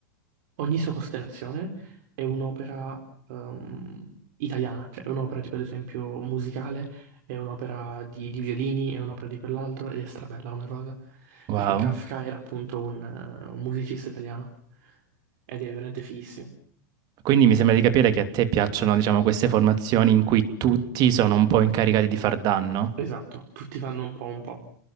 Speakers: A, on the right; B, on the right.
A: Ogni sua costellazione è un'opera ehm, italiana, cioè è un'opera tipo ad esempio musicale, è un'opera di, di violini, è un'opera di quell'altro ed è strabella come cosa,
B: Wow.
A: perché Kafka era appunto un, eh, un musicista italiano ed è veramente fighissimo.
B: Quindi mi sembra di capire che a te piacciono, diciamo, queste formazioni in cui tutti sono un po' incaricati di far danno.
A: Esatto, tutti fanno un po' un po'.